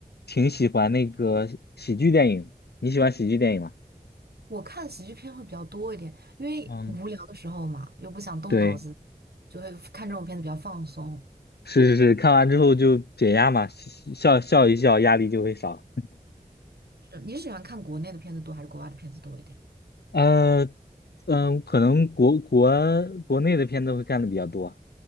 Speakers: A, on the left (about 85°); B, on the right (about 80°).
A: 挺喜欢那个喜剧电影，你喜欢喜剧电影吗？
B: 我看喜剧片会比较多一点，因为无聊的时候嘛，
A: 嗯，
B: 又不想动脑子，
A: 对，
B: 就会看这种片子比较放松。
A: 是是是，看完之后就解压嘛，笑笑笑一笑，压力就会少。
B: 是你是喜欢看国内的片子多还是国外的片子多一点？
A: 呃，嗯，可能国国国内的片子会看的比较多。